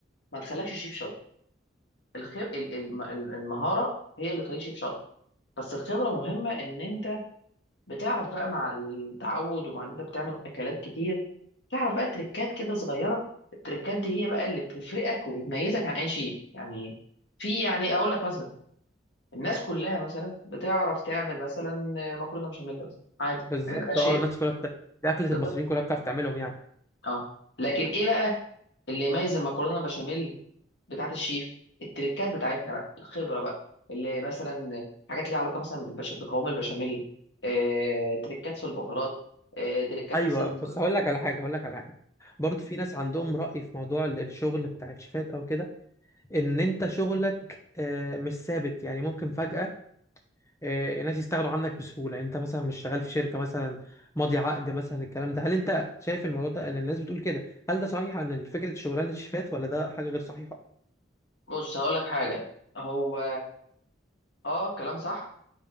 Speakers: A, on the left; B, on the left.
A: ما تخلكش شيف شاطر الخب... ال- ال- الم- المهاره هي اللي تخليك شيف شاطر بس الخبره مهمه ان انت بتعرف بقى مع التعود ومع ان انت بتعمل اكلات كتير تعرف بقى تريكات كده صغيره التريكات دي هي بقى اللي بتفرقك وبتميزك عن اي شيء يعني في يعني اقول لك مثلا الناس كلها مثلا بتعرف تعمل مثلا مكرونه بشاميل مثلا عادي
B: بالظبط
A: ده شيء
B: أه الناس كلها بت... دي أكلة
A: بالظبط
B: المصريين كلها بتعرف تعملهم يعني
A: اه لكن ايه بقى اللي يميز المكرونه بشاميل بتاعت الشيف التريكات بتاعتنا بقى الخبره بقى اللي مثلا حاجات ليها علاقه مثلا بالبش... بقوام البشاميل آه، تريكات في البهارات آه، تريكات
B: أيوه
A: مثلا
B: بس هقول لك على حاجة هقول لك على حاجة برضه في ناس عندهم رأي في موضوع ال- الشغل بتاع الشيفات أو كده إن أنت شغلك آه، مش ثابت يعني ممكن فجأة آه، ناس يستغنوا عنك بسهولة يعني انت مثلا مش شغال في شركة مثلا ماضي عقد مثلا الكلام ده هل انت شايف الموضوع ده ان الناس بتقول كده هل ده صحيح عن فكرة شغلانة الشيفات ولا ده حاجة غير صحيحة
A: بص هقول لك حاجه هو اه كلام صح